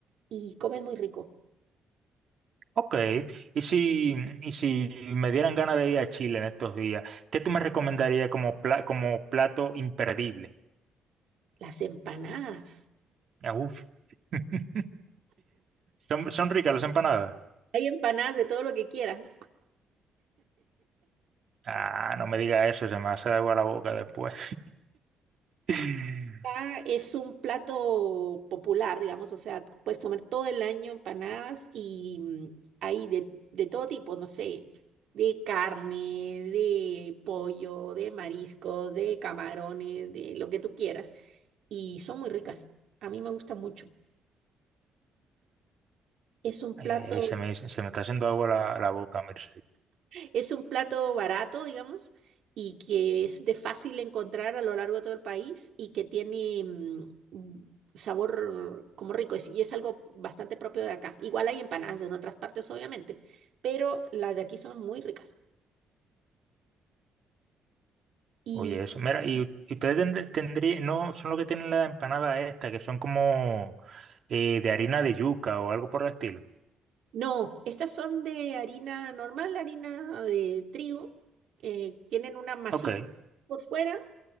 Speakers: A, on the right; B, on the right.
A: y comen muy rico.
B: Ok, y si, y si me dieran ganas de ir a Chile en estos días, ¿qué tú me recomendarías como, pla- como plato imperdible?
A: Las empanadas.
B: Ah, uf. <laughs> ¿Son, son ricas las empanadas?
A: Hay empanadas de todo lo que quieras.
B: Ah, no me diga eso, se me hace agua la boca después. <laughs>
A: Acá es un plato popular, digamos, o sea, puedes comer todo el año empanadas y mm, hay de, de todo tipo, no sé, de carne, de pollo, de mariscos, de camarones, de lo que tú quieras. Y son muy ricas. A mí me gusta mucho. Es un
B: Ay,
A: plato
B: ay, ay, se me, se me está haciendo agua la, la boca, mira.
A: Es un plato barato, digamos, y que es de fácil encontrar a lo largo de todo el país y que tiene mm, mm, sabor como rico es- y es algo bastante propio de acá. Igual hay empanadas en otras partes, obviamente, pero las de aquí son muy ricas. Y
B: Oye, eso. Mira, y y ustedes tendrían, no son los que tienen la empanada esta, que son como eh, de harina de yuca o algo por el estilo.
A: no, estas son de harina normal, harina de trigo, eh, tienen una masita
B: Ok.
A: por fuera